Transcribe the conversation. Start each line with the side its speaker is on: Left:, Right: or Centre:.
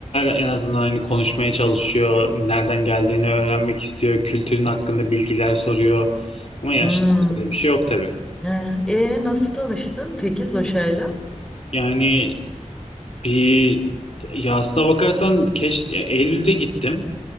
Left: en azından hani konuşmaya çalışıyor, nereden geldiğini öğrenmek istiyor, kültürün hakkında bilgiler soruyor. Ama yaşlılarda
Centre: Hmm.
Left: öyle bir şey yok tabii.
Centre: Ee, E, nasıl tanıştın peki Zoşa'yla?
Left: Yani bir ya aslına bakarsan keş, ya Eylül'de gittim